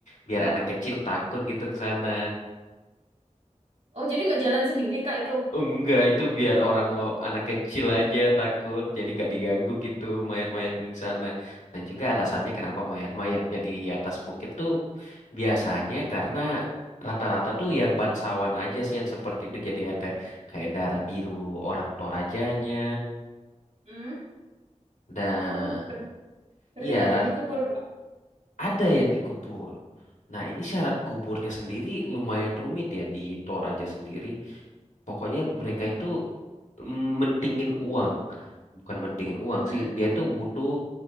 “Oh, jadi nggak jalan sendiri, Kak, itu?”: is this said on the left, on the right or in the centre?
Right